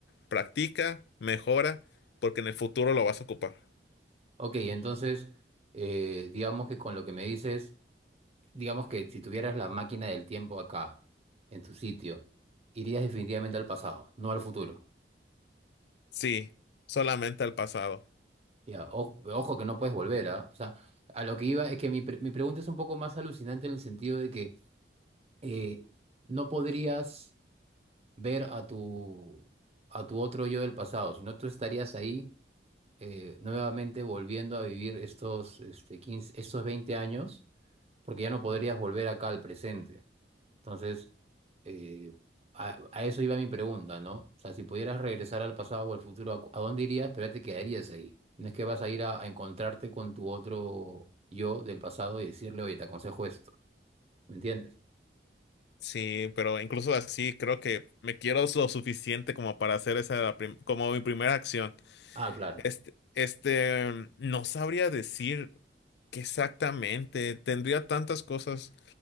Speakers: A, on the left (about 70°); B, on the right (about 35°).
A: practica, mejora, porque en el futuro lo vas a ocupar.
B: Ok, entonces, eh, digamos que con lo que me dices, digamos que si tuvieras la máquina del tiempo acá, en tu sitio, irías definitivamente al pasado, no al futuro.
A: Sí, solamente el pasado.
B: Ya, o- ojo que no puedes volver, ¿ah? O sea, a lo que iba es que mi, pre- mi pregunta es un poco más alucinante en el sentido de que eh, no podrías. ver a tu, a tu otro yo del pasado, si no tú estarías ahí eh, nuevamente volviendo a vivir estos, este, 15, estos 20 años, porque ya no podrías volver acá al presente. Entonces, eh, a, a eso iba mi pregunta, ¿no? O sea, si pudieras regresar al pasado o al futuro, ¿a, cu- a dónde irías? Pero ya te quedarías ahí. No es que vas a ir a, a encontrarte con tu otro yo del pasado y decirle, oye, te aconsejo esto. ¿Me entiendes?
A: Sí, pero incluso así creo que me quiero lo suficiente como para hacer esa la prim- como mi primera acción.
B: Ah, claro.
A: Este, este, no sabría decir qué exactamente. Tendría tantas cosas